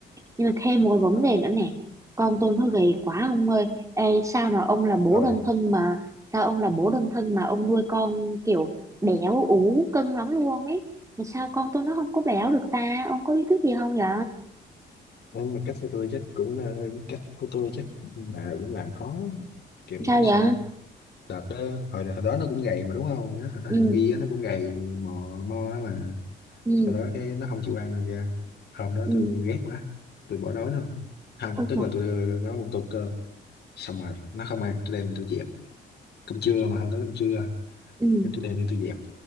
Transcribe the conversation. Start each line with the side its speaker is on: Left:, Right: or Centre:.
Right: nhưng mà thêm một cái vấn đề nữa nè con tôi nó gầy quá ông ơi Ê, sao mà ông là bố
Left: ờ
Right: đơn thân mà sao ông là bố đơn thân mà ông nuôi con kiểu béo ú cân lắm luôn ấy mà sao con tôi nó không có béo được ta ông có bí quyết gì không vậy
Left: nhưng mà cách của tôi chắc cũng ờ, cách của tôi chắc mà cũng làm khó kiểu
Right: sao
Left: sao
Right: vậy
Left: ta đợt đó hồi, hồi đó nó cũng gầy mà đúng không Nhớ hồi đó
Right: ừ
Left: thằng Bi á, nó cũng gầy mò mo á mà
Right: ừ
Left: sau đó cái nó không chịu ăn rồi kìa hôm đó
Right: ừ
Left: tôi ghét quá tôi bỏ đói nó luôn không
Right: ôi
Left: tức
Right: trời
Left: là tôi đưa nó một tô cơm xong rồi nó không ăn tôi đem đi tôi dẹp cơm trưa mà hôm đó cơm trưa
Right: ừ
Left: cái tôi đem đi tôi dẹp